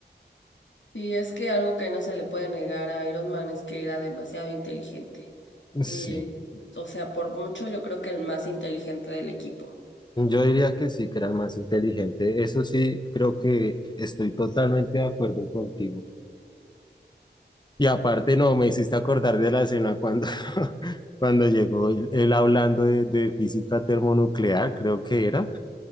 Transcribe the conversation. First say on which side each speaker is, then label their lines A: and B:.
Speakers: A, on the left; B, on the left.
A: Y es que algo que no se le puede negar a Iron Man es que era demasiado inteligente. Eh,
B: Sí.
A: o sea, por mucho yo creo que el más inteligente del equipo.
B: Yo diría que sí, que era el más inteligente. Eso sí, creo que estoy totalmente de acuerdo contigo. Y aparte, no, me hiciste acordar de la escena cuando, <laughs> cuando llegó él él hablando de, de física termonuclear, creo que era,